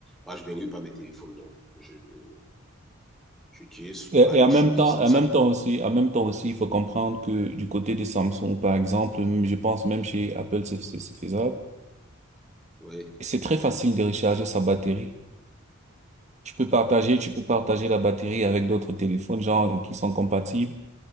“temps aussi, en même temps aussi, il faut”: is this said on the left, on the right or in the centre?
Right